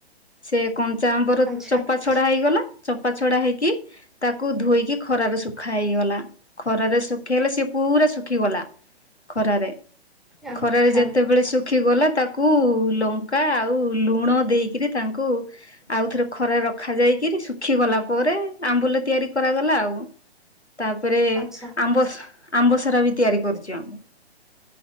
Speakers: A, on the left (about 85°); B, in the centre.
A: ସେ କଞ୍ଚା ଆମ୍ବର
B: ଆଚ୍ଛା
A: ଚୋପାଛଡା ହେଇଗଲା ଚୋପାଛଡା ହେଇକି ତାକୁ ଧୋଇକି ଖରାରେ ଶୁଖାହେଇଗଲା ଖରାରେ ଶୁଖେଇଲେ ସିଏ ପୁରା ଶୁଖିଗଲା। ଖରାରେ
B: ଆଚ୍ଛା
A: ଖରାରେ ଯେତେବେଳେ ଶୁଖିଗଲା ତାକୁ ଲଙ୍କା ଆଉ ଲୁଣ ଦେଇକିରି ତାଙ୍କୁ ଆଉ ଥରେ ଖରାରେ ରଖାଯାଇକିରି ଶୁଖିଗଲା ପରେ ଆମ୍ବୁଲ ତିଆରି କରାଗଲା ଆଉ। ତାପରେ
B: ଆଚ୍ଛା
A: ଆମ୍ବସ ଆମ୍ବସରାବି ତିଆରି କରୁଚୁ଼ ଆମେ।